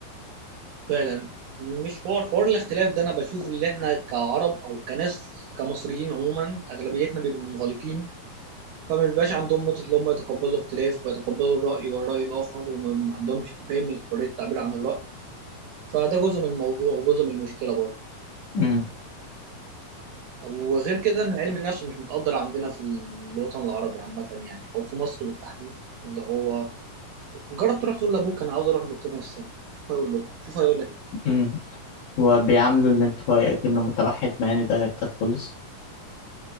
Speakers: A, on the right; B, on the left.
A: فعلا مش حوار حوار الاختلاف ده انا بشوف اللي احنا كعرب او كناس كمصريين عموما اغلبيتنا بيبقوا منغلقين فما بيبقاش عندهم نقطة اللي هم يتقبلوا الاختلاف ويتقبلوا الرأي والرأي الآخر وما ما عندهمش فهم حرية التعبير عن الرأي فده جزء من الموضوع وجزء من المشكلة برضه
B: أمم،
A: وغير كده ان علم النفس مش متقدر عندنا في الوطن العربي عامة يعني او في مصر بالتحديد اللي هو جرب تروح تقول لابوك انا عاوز اروح لدكتور نفساني شوف هيقول لك شوف هيقول لك
B: أمم. وبيعاملوا الانطوائي كأنه متوحد مع إن ده غير ده خالص